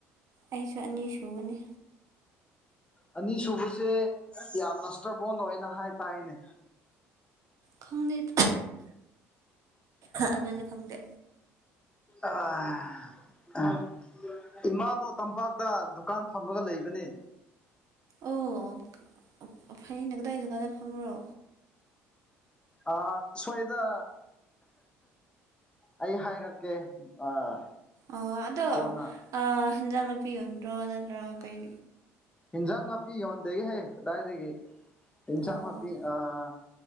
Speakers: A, on the right; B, on the left.
A: ꯑꯩꯁꯨ ꯑꯅꯤ ꯁꯨꯕꯅꯤ
B: ꯑꯅꯤꯁꯨꯨꯕꯁꯦ ꯌꯥꯝꯅ ꯁꯇ꯭ꯔꯕꯣꯟ ꯑꯣꯏꯅ ꯍꯥꯏ ꯇꯥꯏꯅꯦ
A: ꯈꯪꯗꯦ ꯑꯗꯨꯗꯤ ꯈꯪꯗꯦ
B: ꯑꯥ <unintelligible> ꯏꯃꯥꯗꯣ ꯇꯝꯄꯥꯛꯇ ꯗꯨꯀꯥꯟ ꯐꯝꯃꯒ ꯂꯩꯕꯅꯦ
A: ꯑꯣ ꯐꯩꯅꯦ ꯀꯗꯥꯏ ꯖꯒꯥꯗ ꯐꯝꯕ꯭ꯔꯣ
B: ꯑꯥ ꯁ꯭ꯋꯥꯏꯗ ꯑꯩ ꯍꯥꯏꯔꯛꯀꯦ ꯑꯥ
A: ꯑꯥ ꯑꯗꯣ
B: ꯀꯣꯟꯅ
A: ꯑꯥ ꯍꯦꯟꯖꯥꯡ ꯅꯥꯄꯤ ꯌꯣꯟꯗ꯭ꯔꯣ ꯅꯠꯇ꯭ꯔꯒ ꯀꯩ
B: ꯏꯟꯖꯥꯡ ꯅꯥꯄꯤ ꯌꯣꯟꯗꯦꯍꯦ ꯀꯗꯥꯏꯗꯒꯤ ꯑꯦꯟꯖꯥꯡ
A: ꯑꯣ
B: ꯅꯥꯄꯤ ꯑꯥ